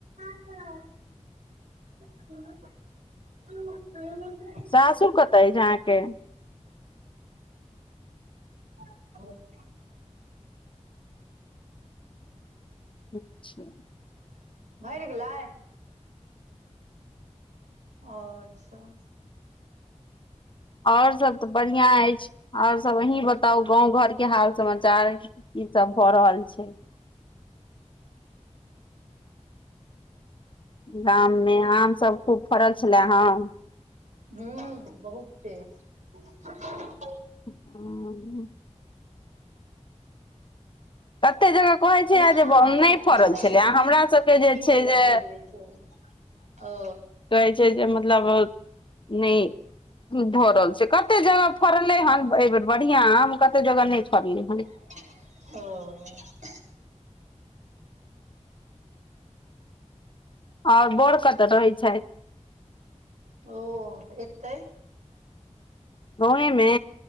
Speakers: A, on the right; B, on the left.
A: हँ। हुं। <unintelligible>
B: सासुर कतऽ अछि अहाँ के?
A: <unintelligible>
B: अच्छा।
A: भैर गेलै। और सब।
B: और सब तऽ बढ़िया अछि और सब अहीं बताउ गाँंव घर के हाल समाचार। कि सब भ रहल छै। गाम मे आम सब खूब। फड़ल छलेह हँ।
A: हुँ बहुत टेस्ट।
B: ह कते जगह कहै छै
A: नै अहाँ
B: जे
A: नहा लिया
B: नहि
A: न
B: फड़ल
A: हइया अइ
B: छलै
A: मे पीब
B: हमरा सबके
A: पीबै
B: जे छै
A: ल
B: जे
A: भरि लै छी। ओ।
B: कहै छै जे मतलब नहि। हुँ भरल छै कते जगह फड़लै हन एहि बेेर बढ़िआ आम कते जगह नहि फड़लै हन।
A: ओ।
B: ओर बर कतऽ रहै छैथ।
A: ओ एतै।
B: गाँवय मे।